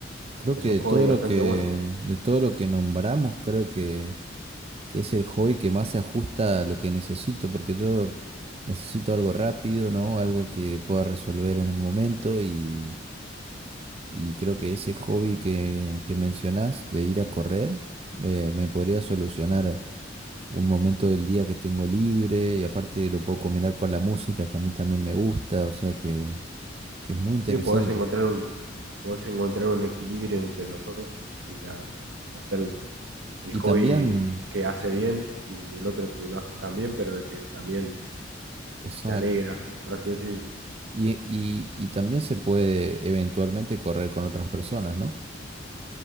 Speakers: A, on the right; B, on the right.
A: creo
B: Es
A: que
B: un
A: de
B: hobby
A: todo
B: bastante
A: lo que,
B: bueno.
A: de todo lo que nombramos, creo que, que es el hobby que más se ajusta a lo que necesito, porque yo necesito algo rápido, ¿no? Algo que pueda resolver en el momento y, y creo que ese hobby que, que
B: Sí,
A: mencionás de ir a correr, eh, me podría solucionar un momento del día que tengo libre y aparte lo puedo
B: claro.
A: combinar con la música que a mí también me gusta, o sea que, que es muy interesante.
B: Sí, podés encontrar un, podés encontrar un equilibrio entre los dos, entre a- hacer un- el
A: Y
B: hobby
A: también,
B: que hace bien y el otro que no hace tan bien, pero de que también
A: exacto.
B: te alegra, por así decirlo.
A: Y, y, y también se puede eventualmente correr con otras personas, ¿no?